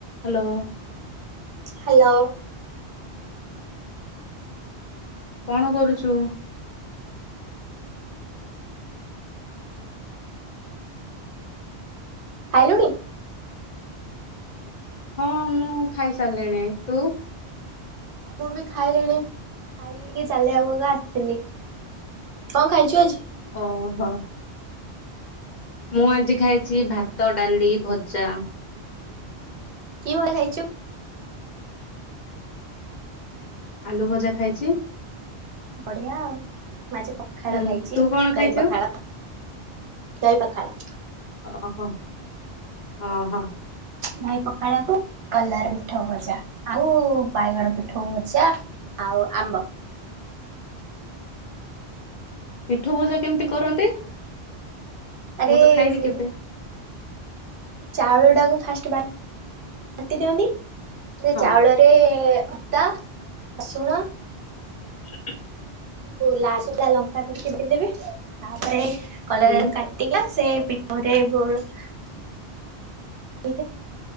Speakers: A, on the left; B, on the right.
A: Hello.
B: Hello.
A: କଣ କରୁଛୁ?
B: ଖାଇଲୁଣି?
A: ହଁ ମୁଁ ଖାଇ ସାରିଲିଣି, ତୁ?
B: ହଁ ମୁଁ ବି ଖାଇଲିଣି, ଖାଇକି ଟିକେ ଚାଲିବାକୁକା ଆସିଥିଲି। କଣ ଖାଇଛୁ ଆଜି?
A: ଓହୋ। ମୁଁ ଆଜି ଖାଇଛି ଭାତ ଡାଲି ଭଜା।
B: କି <unintelligible> ଛୁ‌?
A: ଆଳୁ ଭଜା ଖାଇଛି।
B: ବଢିଆ ଆଉ ମୁଁ ଆଜି ପଖାଳ
A: ହୁଁ
B: ଖାଇଛି
A: ତୁ କଣ ଖାଇଛୁ?
B: ଦହି ପଖାଳ। ଦହି ପଖାଳ।
A: ଓହୋ ଓହୋ।
B: ଧାଇ ପଖାଳକୁ କଲାର ପିଠୋଉ ଭଜା ଆଉ ବାଇଗଣ ପିଠୋଉ ଭଜା। ଆଉ ଆମ୍ବ।
A: ପିଠୋଉ ଭଜା କେମିତି କରନ୍ତି?
B: ଆରେ
A: ମୁଁ ତ ଖାଇନି
B: ସେ
A: କେବେ।
B: ଚାଉଳ ଟାକୁ ଫାଷ୍ଟଟି ବାଟି ଦିଅନ୍ତି <unintelligible>
A: ହଁ
B: ଚାଉଳ ଗୋଟେ ଅଦା ରସୁଣ
A: <inaudible>
B: ଲା <unintelligible> ଲଙ୍କା ଧରିକି ଦେବେ ତାପରେ କଲରା
A: ହୁଁ
B: କା <unintelligible> ସେ ପି <unintelligible> <unintelligible>